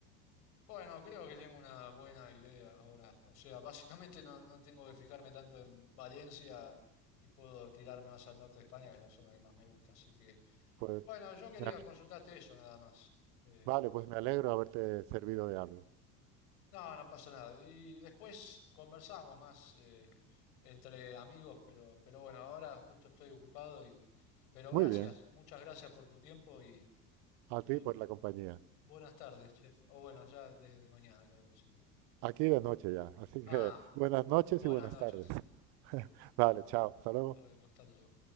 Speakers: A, on the left; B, on the right.
A: Bueno, creo que tengo una buena idea ahora. O sea, básicamente no, no tengo que fijarme tanto en Valencia y puedo tirarme más al norte de España, que es la zona que más me gusta. Así que,
B: Pues,
A: bueno, yo quería
B: me ale-
A: consultarte eso nada más. Eh,
B: vale, pues me alegro de haberte servido de algo.
A: no, no pasa nada. Y después conversamos más. eh, entre amigos, pero, pero bueno, ahora justo estoy ocupado y, pero
B: Muy
A: gracias,
B: bien,
A: muchas gracias por tu tiempo y,
B: a
A: y
B: ti por la compañía.
A: buenas tardes, che. O bueno, ya desde mañana creo, así que.
B: Aquí de noche ya, así
A: Ah,
B: que buenas noches
A: buenas
B: y buenas
A: noches.
B: tardes. <laughs>
A: Así que
B: Vale, chao, hasta luego.
A: nos vemos, hasta luego.